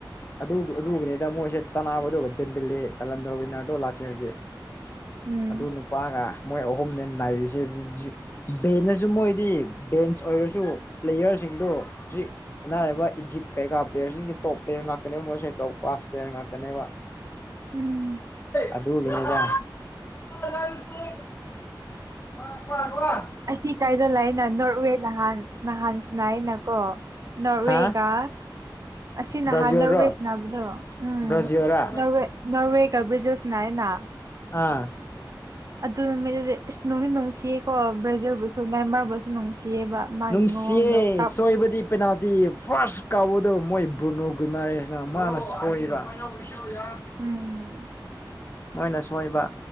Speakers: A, on the left; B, on the right.
A: ꯑꯗꯨ ꯑꯗꯨꯒꯤꯅꯤꯗ ꯃꯣꯏꯁꯦ ꯆꯅꯕꯗꯨꯕ ꯗꯦꯝꯕꯤꯜꯂꯤ ꯕꯂꯟꯗꯔ ꯋꯤꯟꯅꯔꯗꯣ ꯂꯥꯁ ꯏꯌꯥꯔꯒꯤ
B: ꯎꯝ
A: ꯑꯗꯨ ꯅꯨꯄꯥꯒ ꯃꯣꯏ ꯑꯍꯨꯝꯅꯦ ꯅꯥꯏꯔꯤꯁꯦ ꯕꯦꯟꯅꯁꯨ ꯃꯣꯏꯗꯤ ꯕꯦꯟꯁ ꯑꯣꯏꯔꯁꯨ ꯄ꯭ꯂꯦꯌꯔꯁꯤꯡꯗꯣ ꯍꯧꯖꯤꯛ ꯑꯅꯥꯔꯤꯕ ꯏꯖꯤꯞ ꯀꯩꯀꯥ ꯄ꯭ꯂꯦꯌꯔꯁꯤꯡꯒꯤꯗꯤ ꯇꯣꯞ ꯄ꯭ꯂꯦꯌꯔ ꯉꯥꯛꯇꯅꯦꯕ ꯃꯣꯏꯁꯦ ꯇꯣꯞ ꯀ꯭ꯂꯥꯁ ꯄ꯭ꯂꯦꯌꯔ ꯉꯥꯛꯇꯅꯦꯕ <inaudible>
B: ꯎꯝ
A: ꯑꯗꯒꯅꯤꯂ ꯔꯅꯤꯁꯤ ꯀ ꯀ ꯀ
B: ꯑꯁꯤ ꯀꯥꯏꯗ ꯂꯩꯏꯅ ꯅꯣꯔꯋꯦ ꯅꯍꯥꯟ ꯅꯍꯥꯟꯁꯤꯅꯏꯅꯀꯣ ꯅꯣꯔꯋꯦꯒ
A: ꯍꯥ
B: ꯑꯁꯤ
A: ꯕ꯭ꯔꯥꯖꯤꯜꯔꯣ
B: ꯅꯍꯥꯟ ꯅꯣꯔꯋꯦꯁꯤ ꯅꯥꯕꯗꯣ ꯎꯝ
A: ꯕ꯭ꯔꯥꯖꯤꯜꯔꯥ
B: ꯅꯋꯦ ꯅꯣꯔꯋꯦꯒ ꯕ꯭ꯔꯖꯤꯜ ꯅꯅ
A: ꯑꯥ
B: ꯑꯗꯨ ꯃ ꯏꯁ ꯅꯨꯃꯤꯠ ꯅꯨꯡꯁꯤꯌꯦꯀꯣ ꯕ꯭ꯔꯥꯖꯤꯜꯕꯨꯁꯨ ꯃꯦꯟꯃꯥꯔꯕꯨꯁꯨ ꯅꯨꯡꯁꯤꯌꯦꯕ ꯃꯥꯒꯤ
A: ꯅꯨꯡꯁꯤꯌꯦ
B: ꯃꯑꯣꯡꯗꯣ ꯀꯞ
A: ꯁꯣꯏꯕꯗꯤ ꯄꯦꯅꯥꯜꯇꯤ ꯐꯥꯔꯁ ꯀꯥꯎꯕꯗ ꯃꯣꯏ ꯕ꯭ꯔꯨꯅꯨ ꯒꯣꯏꯃꯔꯦꯁꯤꯅ ꯃꯥꯅ ꯁꯣꯏꯕ ꯍ ꯌꯥ
B: ꯎꯝ
A: ꯃꯣꯏꯅ ꯁꯣꯏꯕ